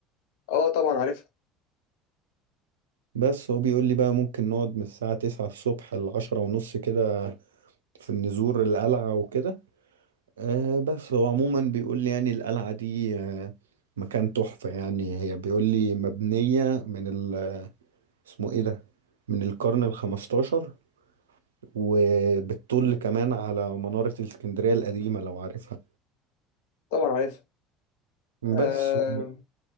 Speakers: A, on the left; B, on the right.
A: اه طبعا عارفها
B: بس هو بيقول لي بقى ممكن نقعد من الساعة تسعة الصبح لعشرة ونص كده في نزور القلعة وكده آه بس هو عموما بيقول لي يعني القلعة دي آه مكان تحفة يعني هي بيقول لي مبنية من ال اسمه ايه ده من القرن الخمستاشر وبتطل كمان على منارة الاسكندرية القديمة لو عارفها
A: طبعا عارفها آه
B: بس و-